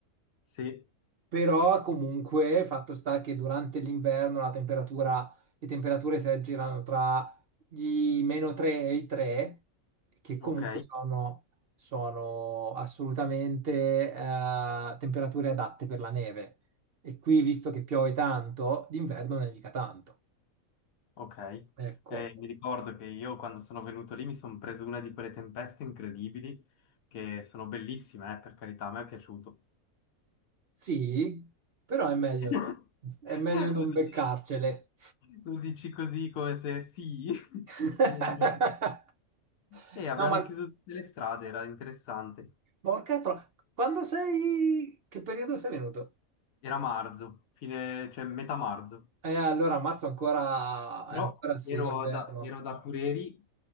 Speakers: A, on the left; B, on the right.
A: Sì,
B: però comunque fatto sta che durante l'inverno la temperatura, le temperature si aggirano tra i meno 3 e i 3, che comunque
A: ok,
B: sono, sono assolutamente eh, temperature adatte per la neve. E qui, visto che piove tanto, d'inverno nevica tanto.
A: ok.
B: Ecco,
A: Eh, mi ricordo che io quando sono venuto lì mi sono preso una di quelle tempeste incredibili che sono bellissime, eh, per carità, a me è piaciuto.
B: sì, però è meglio
A: <laughs>
B: no- È meglio non
A: Lo dici,
B: beccarcele.
A: lo dici così come se sì.
B: <laughs>
A: <laughs> Me- E avevano
B: No, ma
A: chiuso tutte le strade, era interessante.
B: porca tro- Quando sei... Che periodo sei venuto?
A: Era marzo, fine, cioè metà marzo.
B: Eh, allora a marzo ancora,
A: Però
B: eh, ancora sì,
A: ero
B: è inverno.
A: da, ero da Cureri